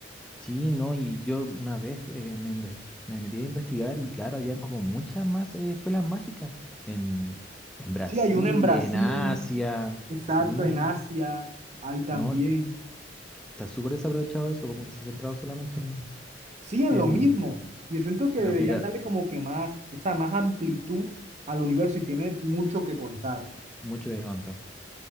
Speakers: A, in the centre; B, on the right.
A: Sí, no, y yo una vez eh, me, inve- me metí a investigar y claro, habían como muchas más eh, escuelas mágicas en, en Brasil,
B: Sí, hay uno en Brasil,
A: en Asia.
B: Exacto,
A: Sí,
B: en Asia hay también.
A: No, está súper desaprovechado eso, como que se ha centrado solamente en,
B: Sí, en
A: en,
B: lo mismo. Yo siento que
A: en
B: deberían
A: lo briga-
B: darle como que más, o sea, más amplitud al universo y tiene mucho que contar.
A: mucho de levantar.